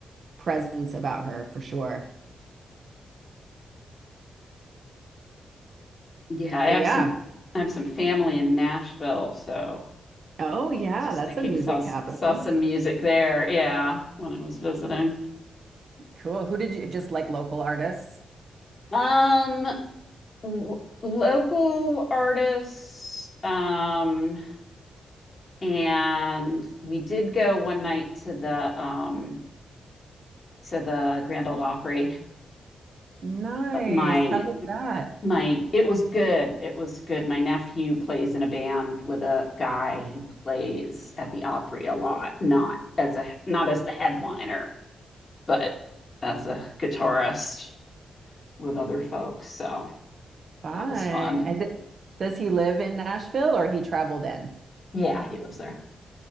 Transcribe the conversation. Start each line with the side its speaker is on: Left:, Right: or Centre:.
Right: presence about her for sure.
Left: Yeah, I
Right: But
Left: have
Right: yeah,
Left: some I have some family in Nashville, so
Right: oh yeah,
Left: just
Right: that's
Left: thinking
Right: a music
Left: saw
Right: capital.
Left: saw some music there, yeah, when I was visiting.
Right: Cool. Who did you just like local artists?
Left: Um w- local artists um and we did go one night to the um to the Grand Old Opry.
Right: Nice.
Left: But my
Right: How was that?
Left: my it was good it was good my nephew plays in a band with a guy who plays at the opry a lot not as a not as the headliner but as a guitarist with other folks so
Right: Fun.
Left: that was fun
Right: And th- does he live in Nashville or he traveled in?
Left: yeah he lives there